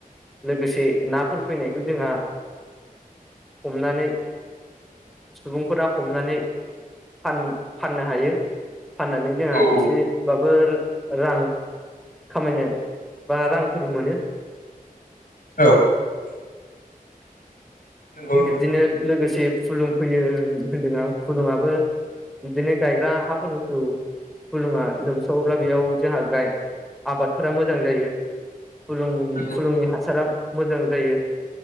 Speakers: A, in the centre; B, on the left.
A: लोगोसे नाफोर फैनायखौ जोंहा हमनानै सुबुंफोरा हमनानै फाननो हायो फाननानै जोंहा
B: औ
A: एसेबाबो रां खामायनो बा रांफोर मोनो
B: औ नंगौ नोंथां
A: बिबदिनो लोगोसे से फुलुं फैयो होनदों आं फुलुङाबो बिदिनो गायग्रा हाफोरखौ फुलुङा लोमसावोब्ला बेयाव जोंहा गाय आबादफोरा मोजां जायो फुुंलुं
B: नंगौ
A: फुलुंनि हासारा मोजां जायो